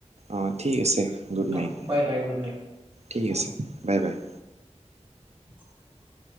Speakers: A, on the right (about 60°); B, on the right (about 40°).
A: অ', ঠিক আছে, গুড
B: অ
A: night,
B: bye bye good night
A: ঠিক
B: অ
A: আছে, বাই, বাই।
B: <inaudible>